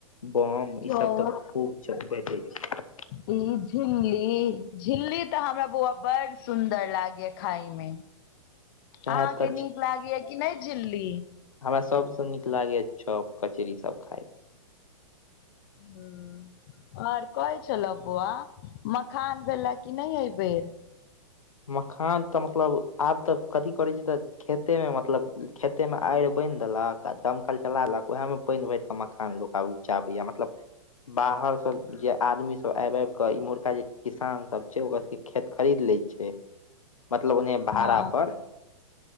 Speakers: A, on the left; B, on the left.
A: बम
B: चौर
A: ई सब तऽ खूब चल भेटेय छै।
B: ई झिल्ली झिल्ली तऽ हमरा बौआ बड़ सुदर लागेय खाय में
A: छै
B: अहाँकेँ
A: ते ते
B: नीक लागैया कि नै झिल्ली
A: हमरा सबस नीक लागेय चॉप कचरी ई सब खाय
B: हू। और कहै छलौ बौआ मखान भेल है की नै यै बेर।
A: मखान तऽ मतलब आब तऽ कथी करै छै तऽ खेते में मतलब खेते में आइर बाइंद देलक आ दमकल चला देलक ओहेम पाइन भैर कऽ मखान लोक आब उपजाबैय मतलब। बाहर सब जे आदमी सब आइब आइब कऽ इम्हुरका जे किसान सब छै ओकर सब केँ खेत खरीद लै छै <inaudible> मतलब उनैहै भाड़ा
B: हँ
A: पर।